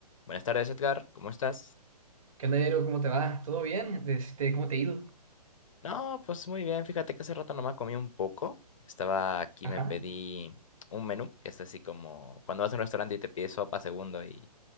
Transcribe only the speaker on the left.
Buenas tardes, Edgar. ¿Cómo estás?
No, pues muy bien. Fíjate que hace rato nomás comí un poco. Estaba aquí,
me pedí un menú, que es así como cuando vas a un restaurante y te pides sopa segundo y